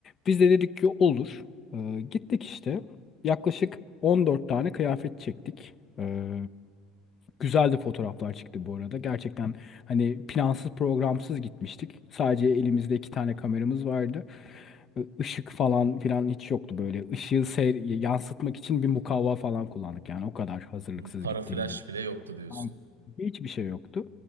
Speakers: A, on the left; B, on the right.
A: Biz de dedik ki olur. Ee, gittik işte. Yaklaşık 14 tane kıyafet çektik. Ee, güzel de fotoğraflar çıktı bu arada. Gerçekten hani plansız programsız gitmiştik. Sadece elimizde iki tane kameramız vardı. Ee, Işık falan filan hiç yoktu böyle. Işığı seyr- yansıtmak için bir mukavva falan kullandık. Yani o kadar hazırlıksız
B: Hmm, Para
A: gittiğimiz
B: flash bile yoktu diyorsun.
A: Tamam. Hiçbir şey yoktu.